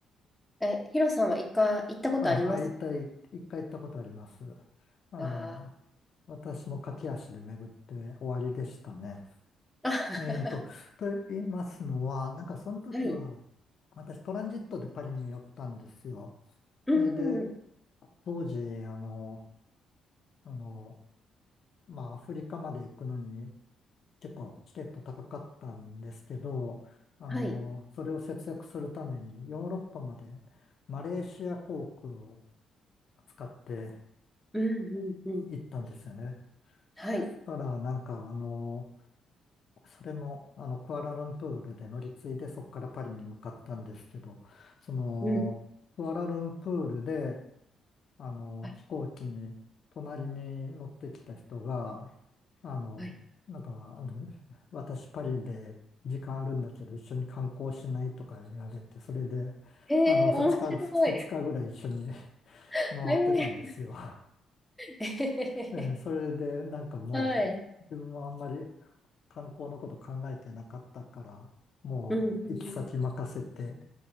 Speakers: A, in the centre; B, on the left (about 55°).
A: え、ヒロさんは一回行ったことあります
B: あ、あ、一回、一回行ったことあります。あの、
A: かあ、
B: 私も駆け足で巡って終わりでしたね。
A: <laughs>
B: えーと、と言いますのは、なんかその時は、
A: はい。
B: 私トランジットでパリに寄ったんですよ。
A: う
B: それで、
A: ん。
B: 当時、あの、あの、まあ、アフリカまで行くのに結構チケット高かったんですけど、あの、
A: はい。
B: それを節約するためにヨーロッパまでマレーシア航空を使って
A: うん、うん、うん。
B: 行ったんですよね。
A: はい。
B: したら、なんか、あの、それも、あの、クアラルンプールで乗り継いで、そこからパリに向かったんですけど、その、
A: うん。
B: クアラルンプールで、あの、
A: はい。
B: 飛行機に、隣に乗ってきた人が、あの、
A: はい。
B: なんか、あの私パリで時間あるんだけど、一緒に観光しないとか言われて、それで、
A: えー、
B: あの、二日、
A: 面白い。
B: ふつ二日ぐらい一緒に
A: え
B: 回ってたんですよ。<laughs>
A: ー、
B: えーそれで、
A: <laughs> え
B: なんかもう、
A: ーはい。
B: 自分はあんまり、観光のこと考えてなかったから、もう行き先任せて、
A: うん、うんうんうんはいうんはいはいえー面白いえーえはいうんうんうん